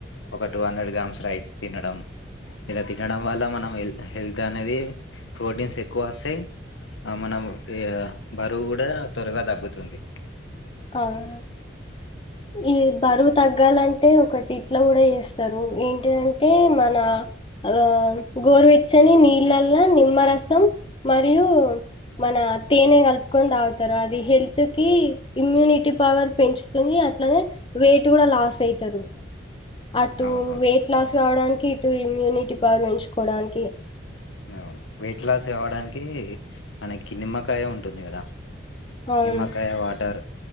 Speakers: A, on the left (about 80°); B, on the left (about 30°).
A: ఒక టూ హండ్రెడ్ గ్రామ్స్ రైస్ తినడం. ఇలా తినడం వల్ల మనం హెల్ హెల్త్ అనేది ప్రోటీన్స్ ఎక్కువ వస్తయి. ఆ మనము ఇగా బరువు కూడా త్వరగా తగ్గుతుంది.
B: అవును ఈ బరువు తగ్గాలంటే ఒకటి ఇట్లా కూడా చేస్తారు. ఏంటిదంటే మన ఆ గోరువెచ్చని నీళ్ళల్ల నిమ్మరసం మరియు మన తేనె కలుపుకొని తాగుతరు అది హెల్త్ కి ఇమ్యూనిటీ పవర్ పెంచుతుంది అట్లనే వెయిట్ కూడా లాస్ అయితరు. అటు
A: అవునవును
B: వెయిట్ లాస్ కావడానికి ఇటు ఇమ్యూనిటీ పవర్ పెంచుకోవడానికి
A: ఆ అవును వెయిట్ లాస్ కావడానికి మనకిి నిమ్మకాయ ఉంటుంది కదా
B: అవును
A: నిమ్మకాయ వాటర్